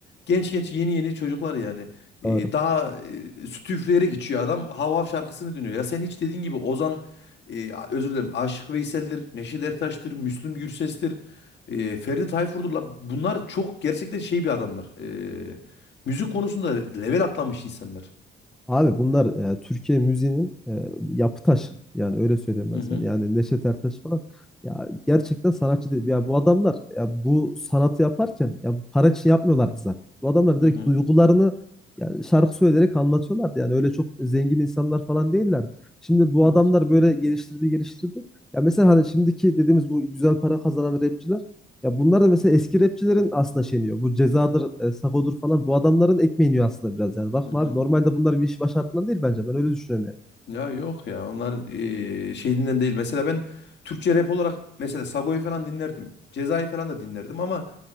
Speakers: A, on the left; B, in the centre.
A: genç genç yeni yeni çocuklar yani. E,
B: Doğru.
A: daha e, sütü üfleyerek içiyor adam. Hav hav şarkısını dinliyor. Ya sen hiç dediğin gibi Ozan e, a- özür dilerim Aşık Veysel'dir, Neşet Ertaş'tır, Müslüm Gürses'tir, e, Ferdi Tayfur'dur. La. Bunlar çok gerçekten şey bir adamlar. E, müzik konusunda level atlamış insanlar.
B: Abi bunlar e, Türkiye müziğinin e, yapı taşı. Yani öyle söyleyeyim ben
A: Hı hı.
B: sana. Yani Neşet Ertaş falan. Ya gerçekten sanatçı değil. Ya bu adamlar ya bu sanatı yaparken ya para için yapmıyorlardı zaten. Bu adamlar
A: Hı
B: direkt
A: hı.
B: duygularını yani şarkı söyleyerek anlatıyorlardı. Yani öyle çok zengin insanlar falan değillerdi. Şimdi bu
A: Evet.
B: adamlar böyle geliştirdi geliştirdi. Ya mesela hani şimdiki dediğimiz bu güzel para kazanan rapçiler ya bunlar da mesela eski rapçilerin aslında şeyini yiyor. Bu cezadır, e, sagodur falan bu adamların ekmeğini yiyor aslında biraz yani. Bakma
A: Hı hı.
B: abi normalde bunlar bir iş başardığından değil bence. Ben öyle düşünüyorum yani.
A: Ya yok ya onlar eee, şeyinden değil. Mesela ben Türkçe rap olarak mesela Sago'yu falan dinlerdim. Ceza'yı falan da dinlerdim ama